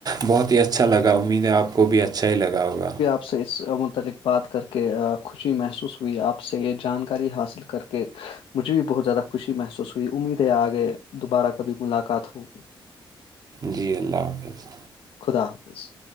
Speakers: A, on the right; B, on the left.
A: بہت ہی اچھا لگا ہوں امیدیں آپ کو بھی اچھا ہی لگا ہوگا
B: آ سے اس متعلق بات کر کے خوشی محسوس ہوئی آپ سے یہ جانکاری حاصل کر کے کہ مجھے بھی بہت زیادہ خوشی محسوس ہوئی امید ہے آگے دوبارہ کبھی ملاقات ہوگی
A: جی اللہ حافظ
B: خدا حافظ